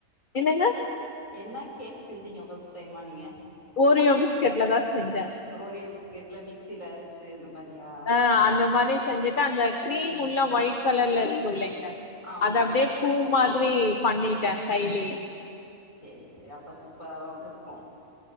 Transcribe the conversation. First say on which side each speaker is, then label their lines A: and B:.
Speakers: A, on the left; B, on the left.
A: என்னங்க
B: என்னா கேக் செஞ்சீங்க ஃபஸ்ட் டைமா நீங்க
A: ஓரியோ பிஸ்கெட்லதான் செஞ்சே
B: ஓரியோ பிஸ்கட்ல மிக்ஸில அரச்சு இந்த மாரியா
A: ஆ அந்த மாரி செஞ்சுட்டு அந்த கிரீம்
B: ம்
A: உள்ள ஒயிட் கலர்ல இருக்கு இல்லைங்க
B: ஆமா
A: அத அப்டியே பூ மாதிரி பண்ணிட்டேன் கைலயே
B: சேர் சேரி அப்போ சூப்பரா தான் வந்திருக்கும்